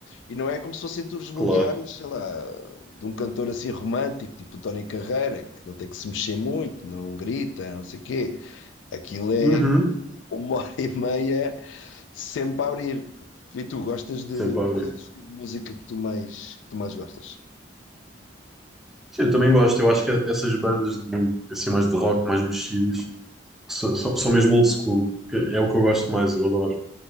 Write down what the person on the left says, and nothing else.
E não é como se fossem tours mundiais,
sei lá, de um cantor assim romântico, tipo Tony Carreira, que não tem que se mexer muito, não grita, não sei o quê. Aquilo é
uma <laughs> hora e meia sempre a abrir. E tu gostas de.
Qual é o estilo de música que tu mais, que tu mais gostas?